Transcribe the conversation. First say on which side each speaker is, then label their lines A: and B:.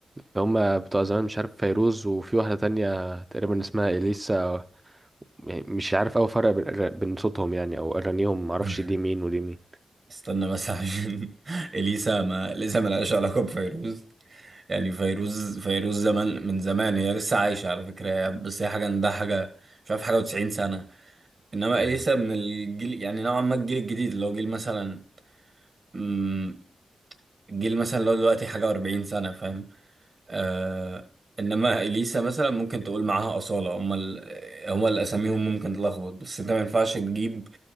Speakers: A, on the right; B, on the right.
A: هما بتوع زمان مش عارف فيروز وفي واحدة تانية تقريبا اسمها اليسا يعني مش عارف أوي أفرق بين أغا- بين صوتهم يعني أو أغانيهم معرفش
B: <laughs>
A: دي مين ودي مين
B: استنى بس عشان <laughs> اليسا ما اليسا ما لهاش علاقه بفيروز يعني فيروز فيروز زمان من زمان هي لسه عايشه على فكره بس هي حاجه ده حاجه مش عارف حاجه و90 سنه انما
A: مم.
B: اليسا من الجيل يعني نوعا ما الجيل الجديد اللي هو جيل مثلا مم، الجيل مثلا اللي هو دلوقتي حاجه و40 سنه فاهم آه انما اليسا مثلا ممكن تقول معاها اصاله هم ال... هم اللي اساميهم ممكن تلخبط بس انت ما ينفعش تجيب